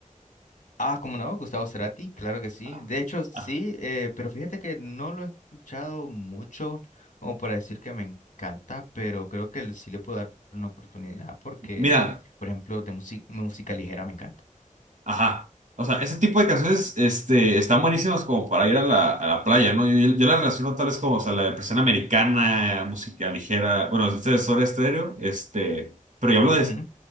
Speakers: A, on the left (about 70°); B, on the right (about 65°).
A: Ah, ¿cómo no? Gustavo Cerati, claro que sí.
B: Ah,
A: De hecho, sí,
B: ah.
A: eh, pero fíjate que no lo he escuchado mucho como para decir que me encanta, pero creo que le- sí le puedo dar una oportunidad porque,
B: Mira,
A: por ejemplo, de musi- música ligera me encanta.
B: Ajá. O sea, ese tipo de canciones, este, están buenísimas como para ir a la, a la playa, ¿no? Yo, yo la relaciono tal vez como, o sea, la depresión americana, música ligera, bueno, este es Soda Stereo, este, pero yo hablo
A: Ujú.
B: de,